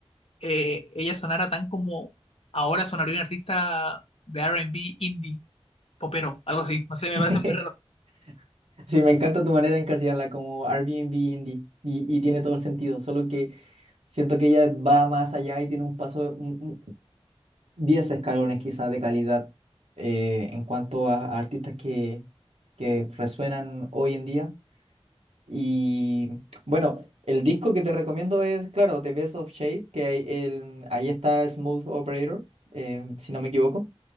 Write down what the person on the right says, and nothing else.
<laughs>
Sí, me encanta tu manera de encasillarla como Airbnb indie y, y tiene todo el sentido, solo que siento que ella va más allá y tiene un paso, un- un- 10 escalones quizás de calidad eh, en cuanto a, a artistas que, que resuenan hoy en día Y bueno, el disco que te recomiendo es, claro, The Best of Shade, que ahí el, ahí está Smooth Operator, eh, si no me equivoco,